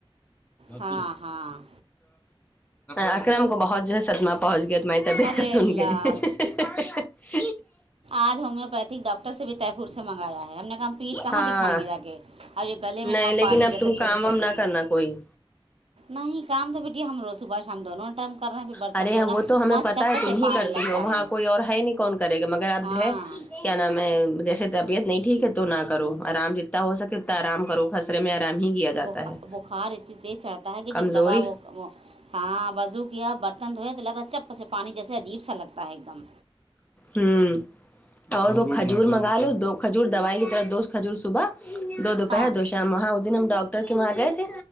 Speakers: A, on the right; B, on the left.
A: ہاں
B: دنے
A: ہاں
B: اکرم کو بہت جو ہے سدما پہنچ گیا تمہاری طبیعت
A: ارے
B: کا سن
A: اللہ
B: کہ ہ <unintelligible>
A: آج ہومیو پیتھک ڈاکٹر سے بھی طٹییفور سے منگایا ہے ہم نے کہا ہم پیٹ کہاں
B: ہاں
A: دکھائیں گے جا کے اورب یہ گلے
B: نہیں
A: میں ماں
B: لیکن
A: پانی
B: اب
A: جیسے
B: تم
A: چوٹے
B: کام
A: چھوٹے
B: وام
A: ہیں
B: کرنا نہ کوئی
A: نہیں کام تو بیٹی ہم روز صبح شام دھونوں ٹائم کرنا پھر برتن
B: ارے
A: دھونا
B: وہ تو ہمیں
A: ماں
B: پتا
A: چپ
B: ہے تم
A: سے پانی
B: ہی کرتی
A: لگتا
B: ہو وہاں
A: ہے
B: کوئی اور ہے نہیں کون کرے گا مگر آپ
A: ہاں
B: جو ہے کیا نام ہے جیسے طبیعت نہیں ٹھیک ہے تو نہ کرو آرام جتنا ہو سکے اتنا آرام کرو خسرے میں آرام ہی کیا جاتا
A: ب
B: ہے
A: بخار اتنی تیز چڑھتا ہے کہ
B: کمزوری
A: جب دوا وہ ہاں وضو کیا برتن دھوئے تو لگ رہا ہے چپ سے پانی جیسے عجیب سا لگتا ہے ایک دم
B: ہوں اور وہ کھجور منگا لو دو کھجور دوائی کی طرف دوست کھجور صبح دو دو
A: ہاں
B: پہے دو وہاں دن ہم ڈاکٹر کے وہاں گئے تھے